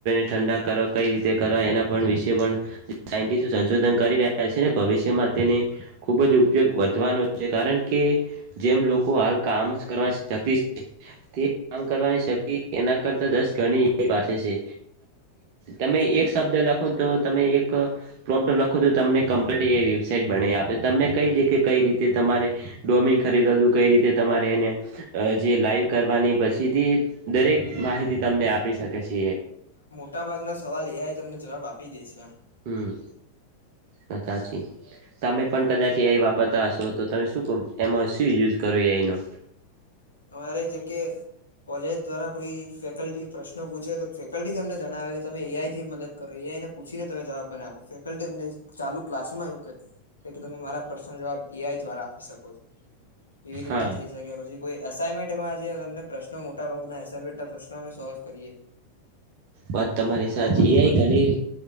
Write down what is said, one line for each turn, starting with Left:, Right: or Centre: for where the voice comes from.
Right: ઠંડા કરો કઈ રીતે કરવા એના પણ વિશે પણ સાયન્ટિસો સંશોધન કરી રહ્યા છે ને ભવિષ્યમાં તેને ખુબ જ ઉપયોગ વધવાનો છે કારણ કે જેમ લોકો હાલ કામ કરવા <unintelligible> છે તે કામ કરવાની શક્તિ એના કરતા દસ ગણી પાછ છે તમે
Left: છે
Right: એક શબ્દ લખો તો તમે એક પ્રોમોટ લખો તો તમને કમ્પલેટ વેબસાાઈટ બનાય આપે તમને કઈ દે કઈ રીતે તમારે ડોમિન ખરીદવા હતું કઈ રીતે તમારે એને જે લાઈવ કરવાની પછીથી દરેક માહિતી તમને આપી શકે છે.
Left: મોટાભાગના સવાલ એયા એ તમને જવાબ આપી દે છે એમ
Right: હમ વાત હાચી. તમે પણ કદાચ એં વાપરતા હશો તો તમે શું કો એમાં શું યુઝ કરો એનો
Left: અમારે જબ કે કોલેજ દ્વારા કોઈ ફેકલ્ટી પ્રશ્નો પૂછે તો ફેકલ્ટી તમને જણાવે કે તમે એઆઈ થી મદ કરો એઆઈ પૂછી ને તમે જવાબ મને આપો ફેકલ્ટી અમને ચાલુ ક્લાસમાં એવું કે કે તમે મારા પ્રશ્ન જવાબ એઆઈ દ્વારા આપી શકો છો એવી રીતના
Right: હા
Left: થઈ શકે પછી કોઈ અસાાઈનમેન્ટમાં પ્રશ્નો મોટા ભાગના એમેન્ટ ના પ્રશ્નો અમે સોલ્વ કરીએ
Right: વાત તમારી
Left: હમ
Right: સાચી
Left: આવું બધું
Right: હ
Left: પણ
Right: ઘણી
Left: છે